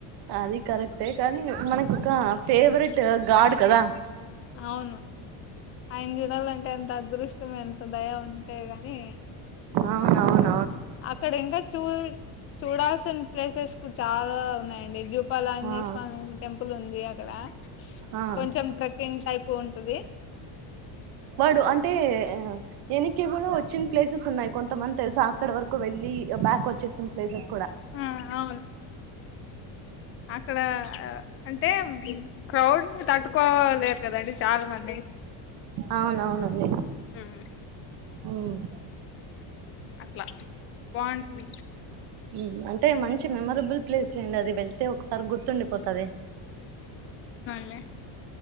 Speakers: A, on the right (about 50°); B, on the left (about 30°).
A: అది కరక్టే కానీ మనక్ ఒక ఫేవ రేటు గాడ్ కదా
B: ఔను అయిన్ చూడాలంటే ఎంత అదృష్టం ఎంత దయ ఉంటే గాని
A: అవునవును
B: అక్కడ ఇంకా చూ చూడాల్సిన్ ప్లేసెస్ కు చాలా ఉన్నాయండి జూ పాలంగే
A: ఆ
B: స్వామి టెంపుల్ ఉంది అక్కడ
A: ఆ
B: కొంచెం ట్రెక్కింగ్ టైపు ఉంటది
A: వాడు అంటే ఎనిక్కీగూడ ఒచ్చిన్ ప్లేసెస్ ఉన్నాయి కొంతమంది తెల్సా అక్కడ్ వరకు వెళ్ళి బ్యాకొ చ్చేసిన్ ప్లేసెస్ కూడా
B: ఆ అవును అక్కడ అ అంటే క్రౌడ్ ని తట్టుకోలేరు కదండి చాల్ మంది
A: అవునవునండి
B: ఊమ్
A: ఊమ్
B: అట్లా బావుంటది
A: ఉమ్ అంటే మంచి మేమరాబుల్ ప్లేస్ ఏ అండి అది వెళ్ తే ఒక్సారి గుర్తుండిపోతాది
B: మె